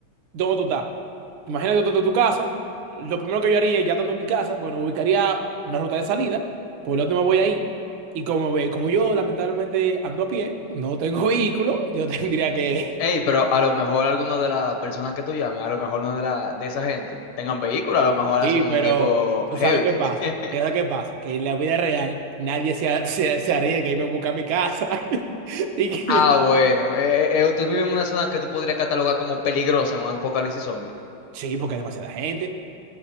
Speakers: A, on the right; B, on the left.
A: ¿dónde tú estás? Imagínate tú estás en tu casa. Lo primero que yo haría, ya estando en mi casa, bueno, ubicaría una ruta de salida, por lo tanto me voy ahí. Y como, ve- como yo, lamentablemente, ando a pie, no tengo <laughs> vehículo, yo tendría que
B: Ey, pero a lo mejor alguna de las personas que tú llames, a lo mejor una de la, de esa gente tengan vehículo, a lo mejor
A: Sí,
B: hacen un
A: pero
B: equipo
A: tú
B: heavy.
A: sabes qué pasa.
B: <laughs>
A: ¿Qué sabes qué pasa? Que en la vida real nadie se, a- <laughs> se, se arriesga y me busca a mi casa. <laughs> Y que-
B: Ah, bueno. Eh, eh, eh, tú vives en una zona que tú podrías catalogar como peligrosa en un apocalipsis zombie.
A: Sí, porque hay demasiada gente.